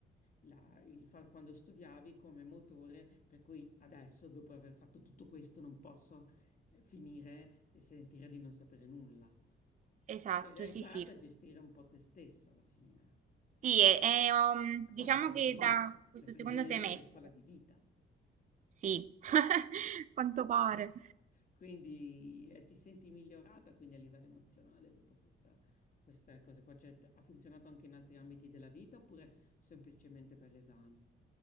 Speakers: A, on the left; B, on the right.
A: la- il fa- quando studiavi come motore, per cui adesso, dopo aver fatto tutto questo, non posso eh, finire e sentire di non sapere nulla.
B: esatto,
A: Cioè, Hai
B: sì,
A: imparato
B: sì.
A: a gestire un po' te stessa alla fine.
B: Sì, è, è, um,
A: È un
B: diciamo
A: po' una scuola
B: che
A: di vita.
B: da questo
A: Questa
B: secondo
A: ingegneria
B: semestre,
A: è una scuola di vita.
B: sì, <laughs> quanto pare.
A: Quindi eh, ti senti migliorata quindi a livello emozionale dopo questa, questa cosa qua. Cioè, t- ha funzionato anche in altri ambiti della vita oppure semplicemente per gli esami?